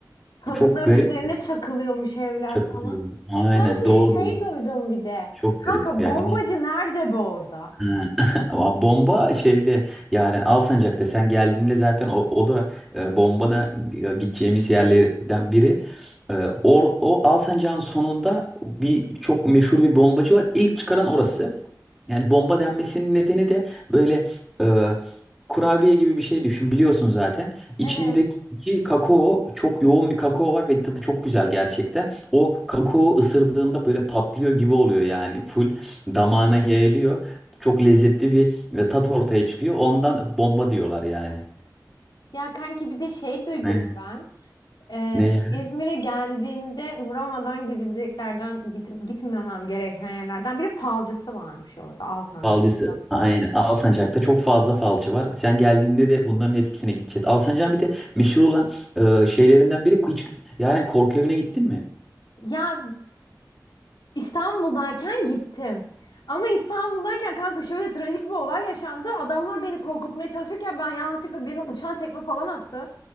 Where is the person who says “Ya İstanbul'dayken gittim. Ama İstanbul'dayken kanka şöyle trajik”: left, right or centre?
Left